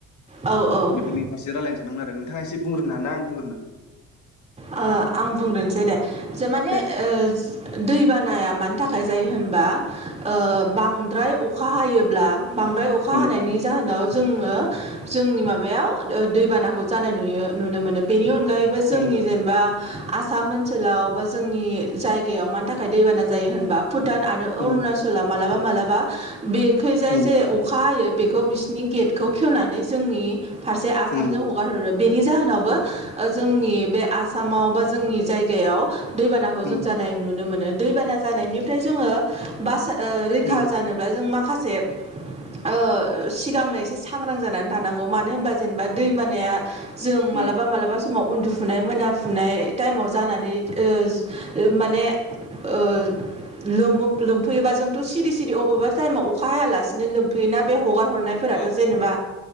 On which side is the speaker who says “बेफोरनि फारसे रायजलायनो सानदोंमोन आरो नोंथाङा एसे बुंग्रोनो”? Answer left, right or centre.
Left